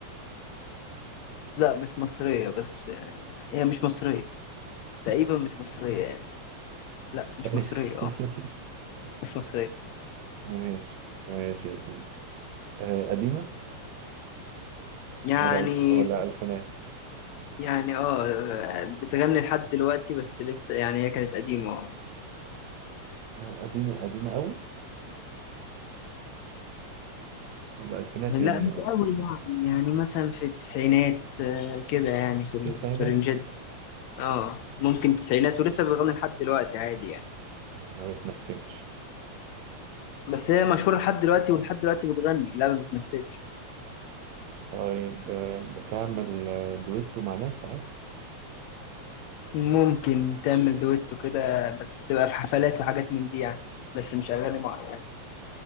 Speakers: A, on the left (about 75°); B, on the right (about 75°).
A: لا مش مصرية بس آه، هي مش مصرية تقريبا مش مصرية يعني لا
B: <laughs>
A: مش مصرية اه مش مصرية
B: ماشي ماشي يا سيدي آه، قديمة
A: يعني
B: ولا ألف ولا ألفينات
A: يعني اه بتغني لحد دلوقتي بس لسه يعني هي كانت قديمة اه
B: آه، قديمة قديمة قوي ولا ألفينات
A: لا
B: يعني
A: مش قوي يعني يعني مثلا في التسعينات آه، كده يعني في ال-
B: تسعينات
A: في الرنجات دي. اه ممكن تسعينات ولسه بتغني لحد دلوقتي عادي يعني
B: ما بتمثلش
A: بس هي مشهورة لحد دلوقتي ولحد دلوقتي بتغني لا ما بتمثلش
B: طيب آه، بتعمل آه، دويتو مع ناس ساعات
A: ممكن تعمل دويتو كده بس بتبقى في حفلات وحاجات من دي يعني بس مش أغاني معينة يعني.